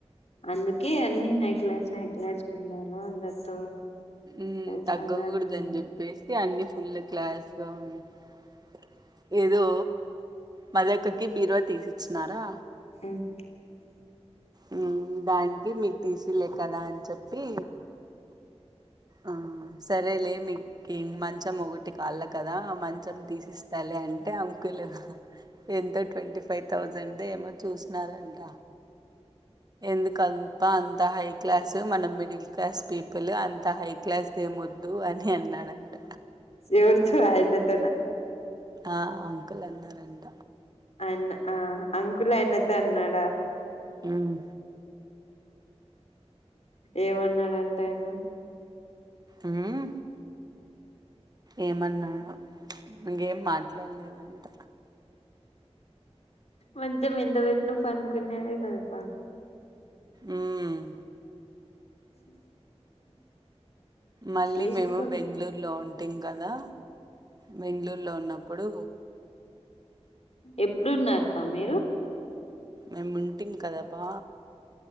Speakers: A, on the left; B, on the right.
A: అందుకే అన్ని హై క్లాస్ హై క్లాస్ కు ఉండాలా అంద తో
B: ఉమ్
A: కల్సాలా
B: తగ్గకూడదని
A: అని ఉంది
B: చెప్పేసి అన్ని ఫుల్ <unintelligible> ఏదో మదక్కకి బీరువా తీసి ఇచ్చినారా
A: <inaudible>
B: ఉమ్ దానికి మీకు తీసిళ్లే కదా అని చెప్పి ఆ సరేలే మీకి మంచం మొక టి కాళ్ళ కదా మంచం తీసిస్తాలే అంటే అంకులు ఎంత ట్వంటీ ఫైవ్ థౌజండ్ ఏమో చూసినారంట ఎందుకబ్బ అంత హై క్లాస్ మనం మిడిల్ క్లాస్ పీపుల్ అ అంత హై క్లాస్ దేమొద్దు అని అన్నాడంట
A: ఎవచో ఆయన తోనా
B: ఆ అంకుల్ అన్నా రంట
A: అన్న ఆ అంకుల్ ఆయనతో అన్నాడా
B: ఉమ్
A: ఏమన్నాడంటా ఆయన
B: ఉమ్ ఏమన్నాడా ఇకేం మాట్లాడలేదంట
A: మంచం ఎంత బెట్టినా పన్కునేేదే గదా అక్కా
B: ఉమ్
A: <inaudible>
B: మళ్ళీ
A: తీసుకో
B: మేము బెంగళూరులో ఉం టిం గదా బెంగళూరులో ఉన్నప్పుడు
A: ఎప్పుడున్నారప్ప మీరు
B: మేముంటిమి కదా అబ్బా